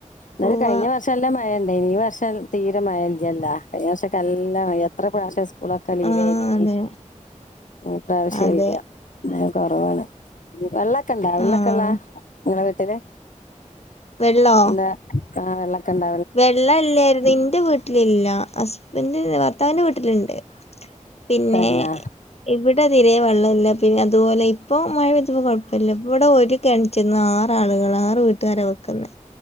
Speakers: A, on the left; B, on the left.
A: ന്നാലും
B: പോവാ
A: കഴിഞ്ഞ വർ ക്ഷെ നല്ല മഴണ്ടേയ്നി ഈ വർഷം തീരെ മഴ ഇല്യല്ല കഴിഞ്ഞ വർഷോക്കല്ല മഴ എത്ര പക്ഷേ സ്കൂളൊക്കെ ലീവെയ്നി
B: ആഹ് അതെ
A: ഈ പ്രാവശ്യല്ല
B: അതെ
A: മഴ കോറവാണ് വെള്ളക്കണ്ടാ വെള്ളക്കള്ളെ
B: ആഹ്
A: ഇങ്ങളെ വീട്ടില്
B: വെള്ളോ
A: എന്താ ആഹ് വെള്ളക്കണ്ട
B: വെള്ളല്ലെര്ന്ന് ഇന്റെ വീട്ടിലില്ല ഹസ്ബൻഡ് ഭർത്താവിന്റെ വീട്ടില്ണ്ട് പിന്നെ
A: തന്നാ
B: ഇവിടെ തിരെേ വെള്ളല്ല പിന്നെ അതുപോലെ ഇപ്പോ മഴ പെയ്തപ്പോ കുഴപ്പല്ല ഇവിടെ ഒര് കെണ്റ്റിന്ന ആറാളുകളാ ആറ് വീട്ടുകാര വെക്കുന്നെ